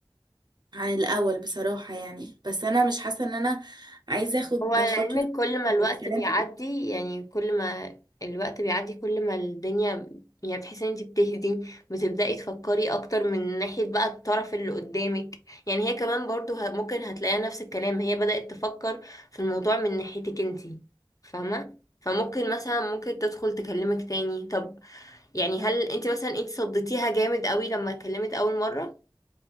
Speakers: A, on the right (about 55°); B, on the left (about 40°).
A: عن الأول بصراحة يعني بس أنا مش حاسة إن أنا عايزة أخد
B: هو لعلمك
A: خطوة
B: كل ما الوقت
A: الكلام
B: بيعدي يعني كل ما الوقت بيعدي كل ما الدنيا يعني بتحسي ان انتي بتهدي بتبدأي تفكري اكتر من ناحية بقى الطرف اللي قدامك يعني هي كمان برضو ه- ممكن هتلاقيها نفس الكلام هي بدأت تفكر في الموضوع من ناحيتك انتي فاهمة فممكن مثلا ممكن تدخل تكلمك تاني طب يعني هل انت مثلا انت صدتيها جامد قوي لما اتكلمت اول مرة